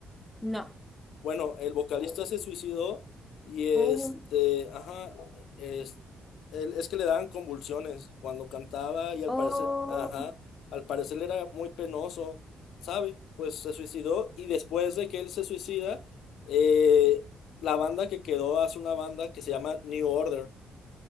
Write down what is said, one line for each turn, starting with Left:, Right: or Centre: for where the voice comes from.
Centre: No.
Left: Bueno, el vocalista se suicidó y este,
Centre: Oh,
Left: ajá, es, él- es que le daban convulsiones cuando cantaba y al
Centre: oh,
Left: parecer, ajá, al parecer era muy penoso, ¿sabe? Pues se suicidó y después de que él se suicida, eh, la banda que quedó hace una banda que se llama New Order.